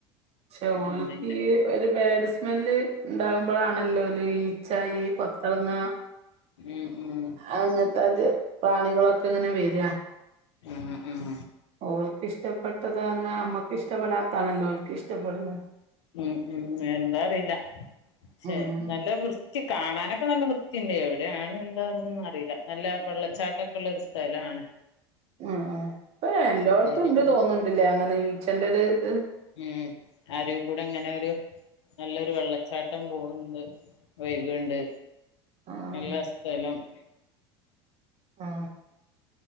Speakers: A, on the right (about 45°); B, on the left (about 80°).
A: പക്ഷേ ഓൾക്ക്
B: എന്തിന്റെ
A: ഈ ഒരു ബാഡ് സ്മെല്ല് ഉണ്ടാവും ഇപ്പളാണല്ലോ ഈ ഈച്ച, ഈ കൊത്തളങ്ങ
B: ഉം ഉം
A: അങ്ങനത്തത് പ്രാണികളൊക്കെ അങ്ങനെ വരികാ
B: ഉം, ഉം
A: ഓൾക്ക് ഇഷ്ടപ്പെട്ടത് തന്നെ അമ്മക്ക് ഇഷ്ടപ്പെടാത്താതാണല്ലോ അവൾക്ക് ഇഷ്ടപ്പെടുന്നത്.
B: ഉം, ഉം എന്താ അറിയില്ല പക്ഷെ
A: ഉം
B: നല്ല വൃത്തി കാണാനൊക്കെ നല്ല വൃത്തി ത്തിന്റെ എവിടെ അത് എന്താണൊന്നും അറിയില്ല, നല്ല വെള്ളച്ചാട്ടൊക്കൊള്ള ഒരു സ്ഥലാണ്
A: ആആ ഇപ്പ എല്ലോടുത്തും
B: രൂപ
A: ഉണ്ട് എന്ന് തോന്നുന്നില്ല, അങ്ങനെ ഈ അച്ഛന്റെ ഒരു ഇത്
B: ഉം അരുകി കൂടെ ഇങ്ങനെ ഒരു നല്ലൊരു വെള്ളച്ചാട്ടം പോകണ്ട്, ഒഴുകണുണ്ട്.
A: ആഹ്
B: എല്ലാ <unintelligible>
A: ആ